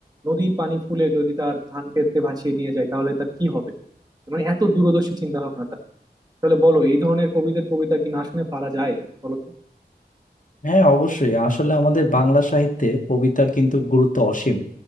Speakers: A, on the right; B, on the left.
A: নদীর পানি ফুলে যদি তার ধান ক্ষেতে ভাসিয়ে নিয়ে যায় তাহলে তার কি হবে মানে এত দূরদর্শী চিন্তা ভাবনাটা তাহলে বলো এই ধরনের কবিদের কবিতা কি না শুনে পারা যায় বলো তো
B: হ্যাঁ অবশ্যই আসলে আমাদের বাংলা সাহিত্যে কবিতার কিন্তু গুরুত্ব অসীম